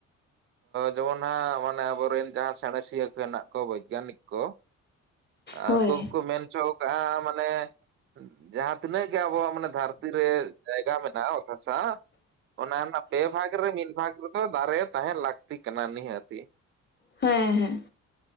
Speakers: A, on the right (about 40°); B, on the left (about 30°).
A: ᱡᱮᱢᱚᱱ ᱦᱟᱸᱜ ᱢᱟᱱᱮ ᱟᱵᱚ ᱨᱮᱱ ᱡᱟᱦᱟᱸ ᱥᱟᱬᱮᱥᱤᱭᱟᱹ ᱠᱚ ᱦᱮᱱᱟᱜ ᱠᱚ ᱵᱳᱭᱜᱟᱱᱤᱠ ᱠᱚ
B: ᱦᱳᱭ
A: ᱩᱱᱠᱩ ᱜᱮᱠᱚ ᱢᱮᱱ ᱦᱚᱪᱚᱣᱟᱠᱟᱜᱼᱟ ᱢᱟᱱᱮ ᱡᱟᱦᱟᱸ ᱛᱤᱱᱟᱹᱜ ᱜᱮ ᱟᱵᱚᱣᱟᱜ ᱢᱟᱱᱮ ᱫᱷᱟᱹᱨᱛᱤ ᱨᱮ ᱡᱟᱭᱜᱟ ᱢᱮᱱᱟᱜᱼᱟ ᱚᱛ ᱦᱟᱥᱟ ᱚᱱᱟ ᱨᱮᱱᱟᱜ ᱯᱮ ᱵᱷᱟᱜᱽ ᱨᱮ ᱢᱤᱫ ᱵᱷᱟᱜᱽ ᱨᱮᱫᱚ ᱫᱟᱨᱮ ᱛᱟᱦᱮᱸ ᱞᱟᱹᱠᱛᱤ ᱠᱟᱱᱟ ᱱᱤᱦᱟᱹᱛᱤ
B: ᱦᱮᱸ ᱦᱮᱸ